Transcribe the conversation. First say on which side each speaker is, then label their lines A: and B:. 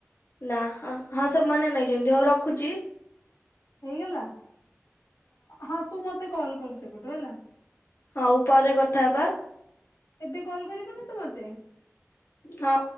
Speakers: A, on the left; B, on the left.
A: ନା ହ ହଁ ସେମାନେ ନେଇଛନ୍ତି ହଉ ରଖୁଛି।
B: ହେଇଗଲା ହଁ ତୁ ମତେ କଲ କରୁ ସେପଟୁ ହେଲା।
A: ହଉ ପରେ କଥା ହବା।
B: ଏବେ କଲ କରିବୁନ ତୁ ମତେ?
A: ହଁ।